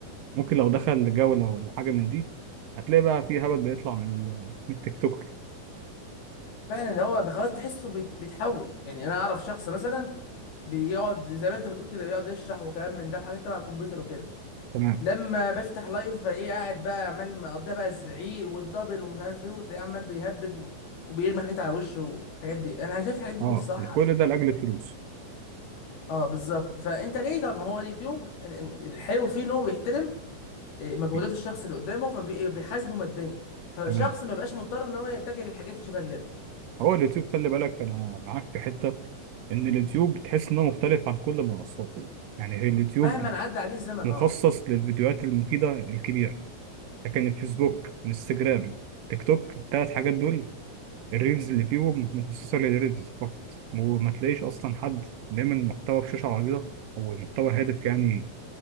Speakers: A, on the right; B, on the left.
A: ممكن لو دخل جولة ولا حاجة من دي هتلاقي بقى في هبل بيطلع من ال- من التيك توكر
B: فعلا ده هو خلاص تحسه بيت- بيتحول يعني أنا أعرف شخص مثلا بيقعد زي ما أنت بتقول كده بيقعد يشرح وكلام من ده وحاجات تبع الكمبيوتر وكده
A: تمام
B: لما بفتح لايف ايه قاعد بقى عمال مقضيها بقى الزعيق والدبل ومش عارف ايه وتلاقيه عمال بيهبد و- وبيرمي حاجات على وشه والحاجات دي انا شايف الحاجات دي
A: اه
B: مش صح على
A: كل
B: فكره
A: ده لأجل الفلوس
B: اه بالظبط فانت ليه طب ما هو اليوتيوب ال- ال- الحلو فيه ان هو بيحترم آه، مجهودات
A: م.
B: الشخص اللي قدامه فبيحاسبه ماديا فالشخص
A: تمام
B: ما يبقاش مضطر ان هو يتجه للحاجات اللي شبه كده
A: هو اليوتيوب خلي بالك أنا معاك في حتة إن اليوتيوب بتحس إنه مختلف عن كل المنصات يعني هي اليوتيوب
B: مهما عدى عليه الزمن
A: مخصص
B: اه
A: للفيديوهات المفيدة الكبيرة لكن الفيسبوك انستجرام تيك توك الثلاث حاجات دول الريلز اللي فيهم مخصصة للريلز فقط وما تلاقيش أصلا حد بيعمل محتوى بشاشة عريضة أو محتوى هادف يعني